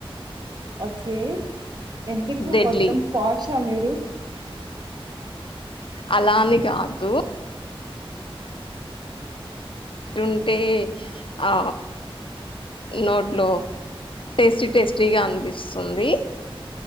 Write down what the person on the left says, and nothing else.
డెడ్లీ
అల అని కాదు ఉంటే ఆ నోట్లో టేస్టీ టేస్టీగా అనిపిస్తుంది